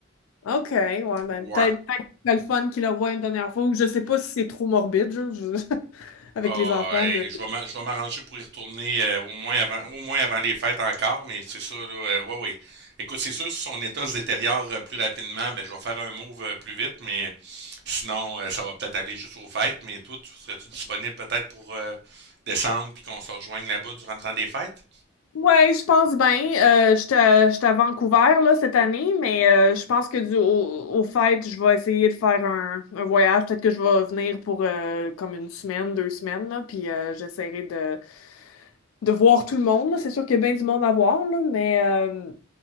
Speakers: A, on the left; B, on the right.
A: OK, ouais, ben
B: Ouais,
A: peut-être peut-être que c'est le fun qu'ils le voient une dernière fois, ou je sais pas si c'est trop morbide, genre, je- <laughs> avec
B: Ah,
A: les enfants
B: et
A: de...
B: je vais m'a- je vais m'arranger pour y retourner euh, au moins avant au moins avant les fêtes encore, mais c'est ça, là, euh, ouais, ouais. Écoute, c'est sûr, si son état se détériore euh, plus rapidement, ben je vais faire un move euh, plus vite, mais sinon, euh, ça va peut-être aller juste aux fêtes. Mais toi, tu serais-tu disponible peut-être pour euh, descendre puis qu'on se rejoigne là-bas durant le temps des fêtes?
A: Ouais, je pense bien. Euh, j'étais à, j'étais à Vancouver là, cette année, mais euh, je pense que du au, au fait, je vais essayer de faire un, un voyage. Peut-être que je vais venir pour euh, comme une semaine, deux semaines, là, puis euh, j'essaierai de, de voir tout le monde. là. C'est sûr qu'il y a bien du monde à voir, là, mais euh,